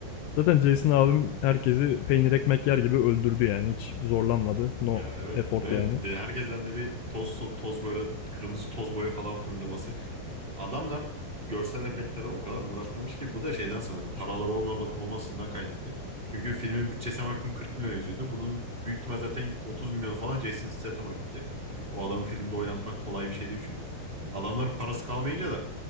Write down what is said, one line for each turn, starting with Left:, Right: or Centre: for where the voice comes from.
Left: Zaten Jason abim herkesi peynir ekmek yer gibi öldürdü yani hiç zorlanmadı. No
Right: Ya evet
Left: effort
Right: ve
Left: yani.
Right: de herkesten de bir toz to- toz böyle kırmızı toz boya falan fırlaması. Adamlar görsel efektlere o kadar uğraşmamış ki bu da şeyden sanırım paraları olmama- olmasından kaynaklı. Çünkü filmin bütçesine baktım 40 milyon yazıyordu. Bunun büyük ihtimal zaten 30 milyon falan Jason Statham'a gitti. O adamı filmde oynatmak kolay bir şey değil çünkü. Adamların parası kalmayınca da